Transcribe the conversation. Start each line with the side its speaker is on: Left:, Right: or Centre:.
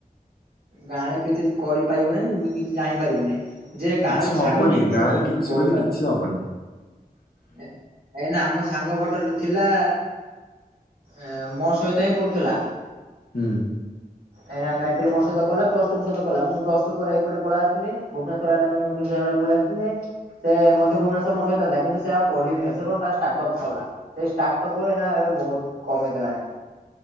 Right: ଗାଁ ରେ କିଛି କରିପାରିବନି, ଏମି କିଛି ଜାଣିପାରିବନି। ଯେ
Left: କିଛି
Right: ଗାଁରୁ ଛାଡୁନି,
Left: ହବନି ଗାଁରେ
Right: ସେ କିଛି କରିପାରୁନି।
Left: ବୋଲି କିଛି ହବନି
Right: ଏ ଏଇନା ଆମ ସାଙ୍ଗ ଗୋଟେରେ ଥିଲା ଏ ମୋ ସହିତ ହିଁ ପଡୁଥିଲା।
Left: ହୁଁ ଉଁ
Right: ଏନା ଆମେ ପ୍ଲସ୍ ଥ୍ରୀ ମୋ ସହିତ କଲା ପ୍ଲସ୍ ଟୁ ମୋ ସହିତ କଲା ମୁଁ ପ୍ଲସଟୁ ପରେ ଏଇ ପଟେ ପଳେଇ ଆସିଲି ଭୁବନେଶ୍ୱର ଆଡେ ମୁଁ ସେଇ ଟାଇମ୍ ରେ ପଳେଇ ଆସିଲି। ସେ ମଧ୍ୟ ଭୁବନେଶ୍ୱର ମୋ ସହିତ ଆସିଲା କିନ୍ତୁ ସେ ଆଉ ପଢିବିନାହିଁ ସେ କଣ ଷ୍ଟାର୍ଟ ଅପ୍ କଲା, ସେ ଷ୍ଟାଟଅପ୍ କୁ ତା ଏବେ ବହୁତ୍ କମେଇ ଦେଲାଣି,